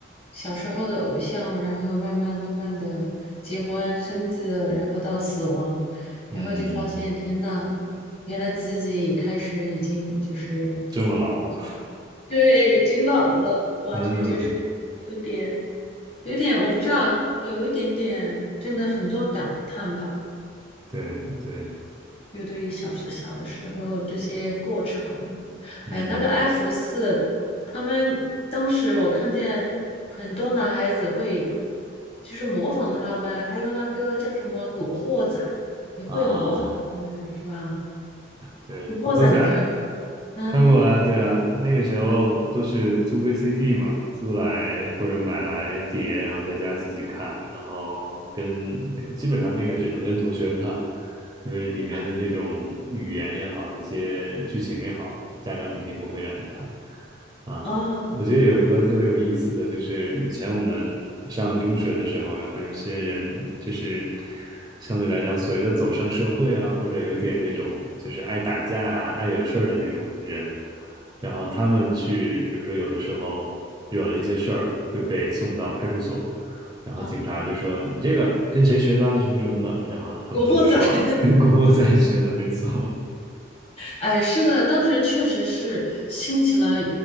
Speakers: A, on the left (about 30°); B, on the right (about 20°).
A: 小时候的偶像，然后慢慢慢慢的结婚生子，然后到死亡，然后就发现天呐，
B: 嗯，
A: 原来自己也开始已经就是
B: 这么老了，
A: 已经对，已经老了，完全就是有点
B: <laughs> 嗯，
A: 有点，我不知道，有一点点，真的很多感叹吧。
B: 对对，
A: 就对于小时小的时候这些过程，
B: 嗯
A: 哎，那个 F 四，他们当时我看见很多男孩子会，就是模仿他们，还有那个叫什么古惑仔，也会模仿他们，
B: 啊。
A: 是吧？
B: 对，
A: 古惑仔你看过吗？
B: 《古惑仔》
A: 嗯
B: 看过啊，对啊，那个时候都是租 VCD 嘛，租来或者买来碟，然后在家自己看，然后跟跟基本上那个只能跟同学看，因为里面的那种语言也好，
A: 啊
B: 一些剧情也好，家长肯定不会让你看啊。
A: 哦
B: 我觉得有一个特别有意思的，就是以前我们上中学的时候，然后有些人就是相对来讲所谓的走上社会啊，或者有点那种就是爱打架啊、爱惹事儿的那种人，然后他们去，比如说有的时候惹了一些事儿，会被送到派出所，然后警察就说你这个跟谁学的啊，
A: 啊，
B: 什么什么的，然后他们都会说跟郭郭
A: 古惑仔，<laughs>
B: <laughs> 仔学的，没错，
A: 哎，是的，当时确实是兴起了